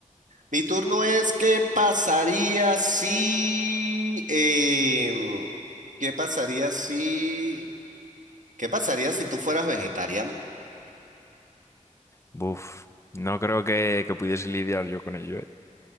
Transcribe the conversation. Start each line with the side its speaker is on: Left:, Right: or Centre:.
Right: Mi turno es, ¿qué pasaría si, em, qué pasaría si, qué pasaría si tú fueras vegetariano?
Left: Buf, no creo que, que pudiese lidiar yo con ello, ¿eh?